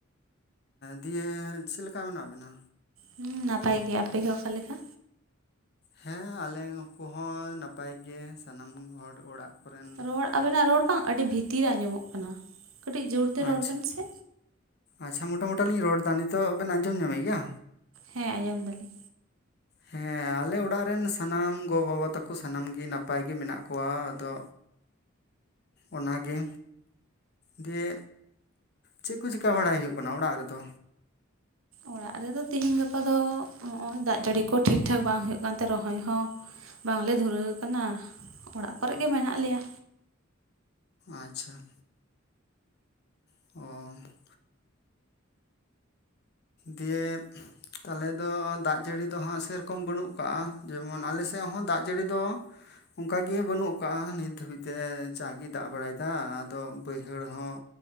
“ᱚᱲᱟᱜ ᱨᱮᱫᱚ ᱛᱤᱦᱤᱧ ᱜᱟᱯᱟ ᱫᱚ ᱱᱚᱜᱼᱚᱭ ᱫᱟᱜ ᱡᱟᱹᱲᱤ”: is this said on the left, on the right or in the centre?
Right